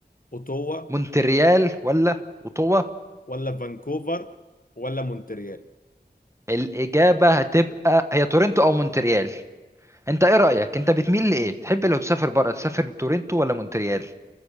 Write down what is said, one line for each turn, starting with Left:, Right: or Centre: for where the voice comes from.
Left: اوتوا
Right: مونتريال ولا اوتوا
Left: ولا فانكوفر ولا مونتريال
Right: الإجابة هتبقى هي تورنتو أو مونتريال انت ايه رأيك انت بتميل لايه تحب لو تسافر بره تسافر تورنتو ولا مونتريال